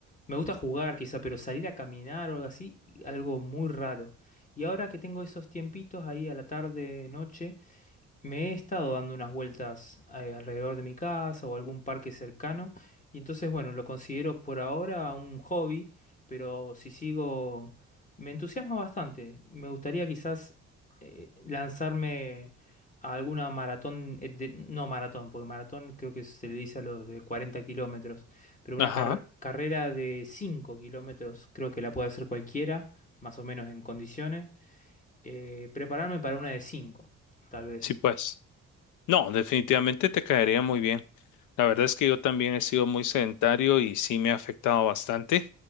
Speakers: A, on the left; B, on the left.
A: Me gusta jugar quizá, pero salir a caminar o algo así, algo muy raro. Y ahora que tengo esos tiempitos ahí a la tarde, noche, me he estado dando unas vueltas eh, alrededor de mi casa o algún parque cercano y entonces, bueno, lo considero por ahora un hobby, pero si sigo, me entusiasma bastante. Me gustaría quizás eh, lanzarme a alguna maratón, eh, de- no maratón, porque maratón creo que se le dice a los de 40 kilómetros, pero una
B: Ajá.
A: car- carrera de 5 kilómetros creo que la puede hacer cualquiera, más o menos en condiciones. Eh, prepararme para una de 5 tal vez.
B: Sí, pues. No, definitivamente te caería muy bien. La verdad es que yo también he sido muy sedentario y sí me ha afectado bastante,